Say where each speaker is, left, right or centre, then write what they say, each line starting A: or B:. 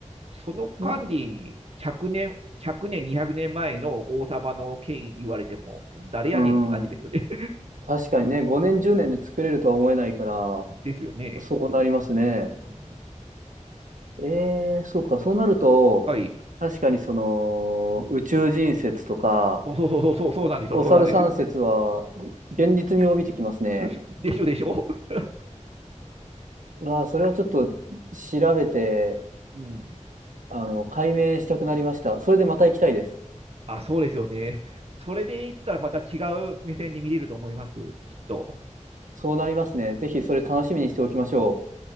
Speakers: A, on the right (about 55°); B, on the right (about 90°).
A: その間に100年、
B: ん
A: 100年、200年前の王様の権威言われても、誰やねんって感じですよね。
B: うん。確かにね、5年、10年で作れるとは思えないから、
A: <laughs> ですよね。
B: そうなりますね。
A: うん
B: ええ、そうか。そうなると、
A: はい。
B: 確かにその、
A: うん
B: 宇宙人説とか、
A: そうそうそうそう、そうなんですよ、
B: お猿さん説は、
A: そうなんです
B: 現実味を帯びてきますね。
A: <laughs> でしょでしょ。<laughs>
B: うわあ、それはちょっと調べて、
A: うん
B: あの、解明したくなりました。それでまた行きたいです。
A: あ、そうですよね。それで言ったらまた違う目線で見れると思います、きっと。
B: そうなりますね。ぜひそれ楽しみにしておきましょう。